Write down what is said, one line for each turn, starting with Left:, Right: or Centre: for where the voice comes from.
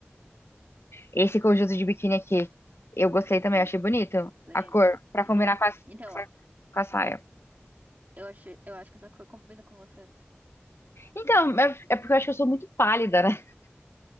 Left: Esse conjunto de biquíni aqui, eu gostei também,
Right: Nossa,
Left: eu achei bonito
Right: bonito.
Left: a cor pra
Right: E
Left: combinar
Right: você com-
Left: com a,
Right: Então,
Left: com a saia.
Right: eu acho, eu acho que essa cor combina com você.
Left: Então, é, é porque eu acho que eu sou muito pálida, né? <laughs>